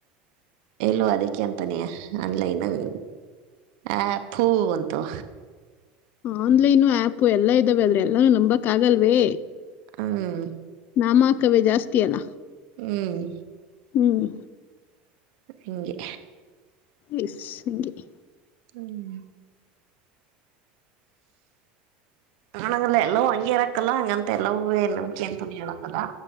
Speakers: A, on the right (about 70°); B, on the left (about 45°).
A: ಎಲ್ಲೋ ಅದಕ್ಕೆ ಅಂತಾನಯ ಆನ್ಲೈನ್ಂಗ ಆ ಪೂಂತು
B: ಆನ್ಲೈನು ಆಪ್ ಎಲ್ಲಾ ಇದ್ದಾವೆ ಆದದ್ರ ಎಲ್ಲಾನೂ ನಂಬಕ್ ಆಗಲ್ವೇ
A: ಹ್ಮ್
B: ನಾಮಕವೇ ಜಾಸ್ತಿಯಲ್ಲ
A: ಹ್ಮ್
B: ಹ್ಮ್
A: ಹಗೆ
B: ಎ ನಿಗೆ
A: ಹ್ಮ್ ನಂಗಲ್ಲ ಎಲ್ಲವೂ ಹಂಗಗೆ ಇರಕ್ಕಲ್ಲ ಹಂಗಂತ ಎಲ್ಲವ ನಂಬಿಕೆ ಅಂತೂ ನೀ ಹೇಳಂಗಲ್ಲ